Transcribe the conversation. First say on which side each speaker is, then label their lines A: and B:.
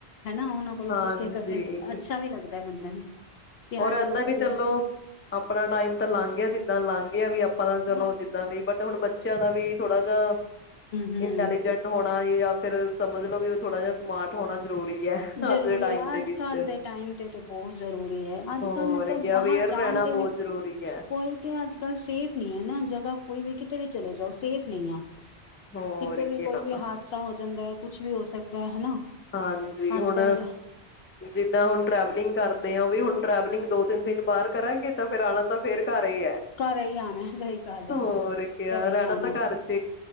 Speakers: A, on the left; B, on the left.
A: ਹਨਾ ਉਹਨਾਂ ਕੋਲੋਂ
B: ਹਾਂਜੀ
A: ਕੁੱਛ ਕੇ ਕਰਦੇ ਅੱਛਾ ਵੀ ਲੱਗਦਾ ਬੰਦੇ ਨੂੰ ਕਿ ਹਾਂ
B: ਔਰ
A: ਚਲੋ
B: ਏਦਾਂ
A: ਵਧੀਆ
B: ਵੀ ਚਲੋ ਆਪਣਾ ਟਾਈਮ ਤਾਂ ਲੰਘ ਗਿਆ ਜਿੱਦਾਂ ਲੰਘ ਇਹ ਵੀ ਆਪਾਂ ਪਤਾ
A: ਹਮ
B: ਚਲੋ ਜਿੱਦਾਂ ਵੀ ਬਟ ਹੁਣ ਬ ਬੱਚਿਆਂ ਦਾ ਵੀ ਥੋੜਾ ਜਿਹਾ
A: ਹਮ
B: ਇੰਟੈਲੀਜੈਂਟ ਹੋਣਾ ਫੇਿਰ ਸਮਝ ਲੋ ਵੀ ਥੋੜਾ ਜਿਹਾ ਸਮਾਰਟ ਹੋਣਾ ਜ਼ਰੂਰੀ ਹੈ
A: ਜ਼ਰੂਰੀ
B: ਅੱਜ ਦੇ ਟਾਈਮ
A: ਹੈ
B: ਦੇ
A: ਅੱਜ
B: ਵਿੱਚ
A: ਕੱਲ੍ਹ ਦੇ ਟਾਈਮ ਤੇ ਤੇ ਬਹੁਤ ਜ਼ਰੂਰੀ ਹੈ ਅੱਜ
B: ਹੋਰ
A: ਕੱਲ ਮਤਲਬ
B: ਕਿਆ
A: ਬਾਹਰ
B: ਅਵੇਅਰ
A: ਜਾਣ
B: ਰਹਿਣਾ
A: ਤੇ
B: ਬਹੁਤ
A: ਵੀ
B: ਜ਼ਰੂਰੀ ਹੈ
A: ਕੋਈ ਤੇ ਅੱਜ ਕਲ ਸੇਫ ਨੀ ਹੈ ਨਾ ਜਗ੍ਹਾ ਕੋਈ ਵੀ ਕਿਤੇ ਵੀ ਚਲੇ ਜਾਓ ਸੇਫ ਨਹੀਂ ਆ
B: ਹੋਰ
A: ਕਿਤੇ
B: ਕਿਆ
A: ਵੀ ਕੋਈ ਵੀ ਹਾਦਸਾ ਹੋ ਜਾਂਦਾ ਹੈ ਕੁਛ ਵੀ ਹੋ ਸਕਦਾ ਹਨਾ
B: ਹਾਂਜੀ
A: ਅੱਜ
B: ਹੁਣ
A: ਕੱਲ ਤੇ
B: ਜਿੱਦਾਂ ਹੁਣ ਟਰੈਵਲਿੰਗ ਕਰਦੇ ਆ ਹੁਣ ਟਰੈਵਲਿੰਗ ਦੋ ਤਿੰਨ ਦਿਨ ਬਾਹਰ ਕਰਾਂਗੇ ਤਾਂ ਫਿਰਰ ਆਉ ਦਾ ਫੇਰ ਕਰੇ
A: ਘਰ ਹੀ ਆਉਣਾ ਸਹੀ ਗੱਲ ਹੈ
B: ਹੋਰਕੇ
A: ਘਰੇ
B: ਰਣਾ
A: ਹੀ ਆਉਣਾ
B: ਤਾਂ ਕਰੇਚ